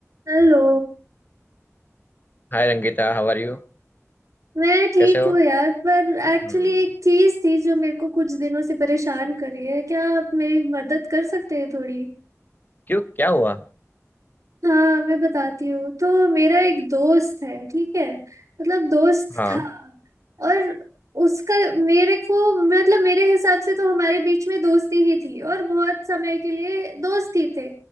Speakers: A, on the right; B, on the left.
A: हेलो
B: Hi Rangeeta how are you
A: मैं ठीक
B: कैसे हो
A: हूँ यार पर एक्चुअली
B: हम्म
A: एक चीज थी जो मेरे को कुछ दिनों से परेशान कर रही है क्या आप मेरी मदद कर सकते हैं थोड़ी
B: क्यों क्या हुआ
A: हाँ मैं बताती हूँ तो मेरा एक दोस्त है ठीक है मतलब दोस्त
B: हाँ
A: था और उसका मेरे को मतलब मेरे हिसाब से तो हमारे बीच में दोस्ती ही थी और बहुत समय के लिए दोस्त ही थे